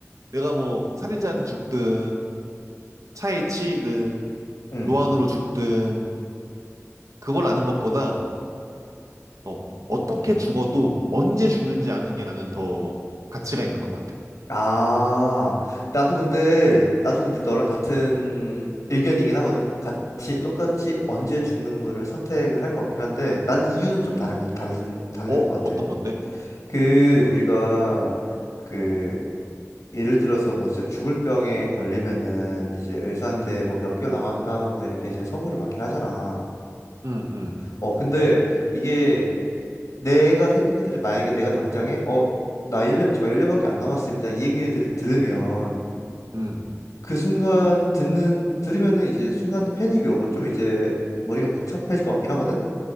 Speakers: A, on the right (about 75°); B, on the left (about 75°).
A: 내가 뭐 살인자한테 죽든 차에 치이든
B: 응.
A: 노안으로 죽든 그걸 아는 것보다 어, 어떻게 죽어도 언제 죽는지 아는 게 나는 더 가치가 있는 것 같아.
B: 아, 나도 근데, 나도 근데 너랑 같은 의견이긴 하거든? 같이 똑같이 언제 죽는 거를 선택을 할 것 같긴 한데, 난 이유는
A: 음.
B: 좀 다른, 다른, 다른
A: 어,
B: 것 같아.
A: 어떤 건데?
B: 그, 우리가, 그, 예를 들어서 뭐 진짜 죽을 병에 걸리면은 이제 의사한테
A: 음,
B: 뭐 몇 개월 남았다, 뭐 이렇게 이제 선고를 받긴 하잖아.
A: 음, 음,
B: 어, 근데 이게 내가 생각해도 만약에 내가 당장에, 어, 나 일 년저 1년밖에 안 남았습니다. 이 얘기를 들- 들으면,
A: 음,
B: 그 순간 듣는 들으면은 이제 순간에 패닉이 오고 좀 이제 머리가 복잡해질 것 같긴 하거든.